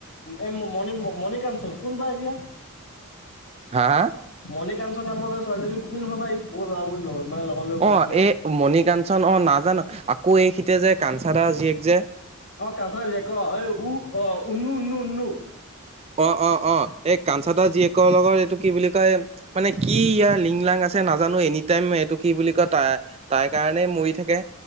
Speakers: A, on the left; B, on the right.
A: এ ম মণিকাঞ্চন কোন বাই এৰিয়া
B: হা হা।
A: মণিকাঞ্চন নামৰ যে ছোৱালীজনী কোন হয় বা ই লগত মানে লগত লৈ ঘূৰি
B: অ
A: ফুৰে
B: এই মণি কাঞ্চন অ নাজানো আকৌ এইখিতে যে কাঞ্চাদা জীয়েক যে।
A: অ কচা যে ক এই অ উন্ন উন্ন উন্ন
B: অ অ অ এই কাঞ্চাদা জীয়েকৰ লগত এইটো কি বুলি কয় মানে কি ইয়াৰ লিংলাং আছে। আছে নাজানো এনি টাইম এইটো কি বুলি কয় তাৰ তাই কাৰণেই মৰি থাকে।